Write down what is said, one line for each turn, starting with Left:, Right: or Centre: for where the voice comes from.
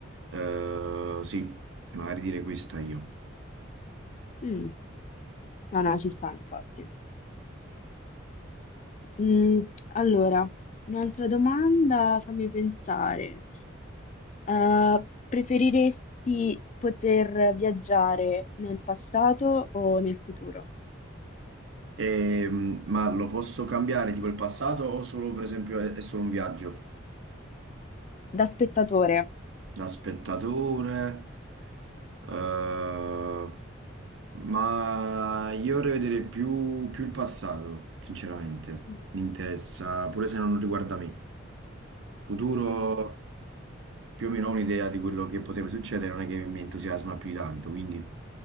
Right: eh, sì, magari dire questa io.
Left: Mm. No, no, ci sta, infatti. Mm, allora, un'altra domanda, fammi pensare. Eh, preferiresti poter viaggiare nel passato o nel futuro?
Right: Ehm, ma lo posso cambiare tipo il passato o solo per esempio è, è solo un viaggio
Left: Da spettatore,
Right: da spettatore? eh, ma io vorrei vedere più, più il passato, sinceramente.
Left: Sì,
Right: Mi interessa, pure se non riguarda me. Il futuro più o meno ho un'idea di quello che potrebbe succedere, non è che mi entusiasma più di tanto, quindi